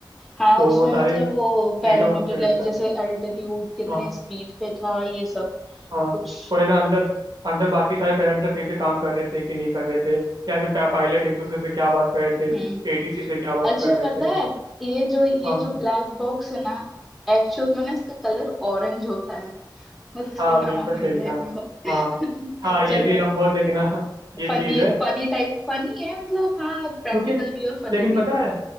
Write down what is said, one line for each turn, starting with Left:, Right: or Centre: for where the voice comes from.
Centre: हाँ
Right: तो
Centre: उसमें
Right: वो सारे
Centre: मतलब वो
Right: डेटा
Centre: पैरामीटर
Right: उस पर रहता
Centre: जैसे
Right: है
Centre: अल्टीट्यूड कितने
Right: हाँ।
Centre: स्पीड पे था ये सब
Right: हाँ
Centre: कुछ
Right: और है ना अंदर अंदर बाकी सारे पैरामीटर सही से काम कर रहे थे कि नहीं कर रहे थे या फिर पा- पायलट एक दूसरे से क्या बात कर रहे
Centre: हम्म
Right: थे एटीसी से क्या बात
Centre: अच्छा
Right: कर रहे
Centre: पता
Right: थे
Centre: है ये जो ये
Right: हाँ
Centre: जो ब्लैक बॉक्स है ना एक्चुअल में ना इसका कलर ऑरेंज होता है बस इसका
Right: हाँ
Centre: नाम
Right: बिल्कुल
Centre: है
Right: सही
Centre: ब्लैक
Right: हाँ
Centre: बॉक्स
Right: हाँ हाँ
Centre: <laughs>
Right: ये
Centre: चलो
Right: भी है ना बहुत है कि ना ये
Centre: फनी
Right: चीज़ है
Centre: फनी टाइप फनी है मतलब हाँ प्रैक्टिकल
Right: क्योंकि
Centre: भी है और फनी
Right: लेकिन
Centre: भी
Right: पता
Centre: है थोड़ा
Right: है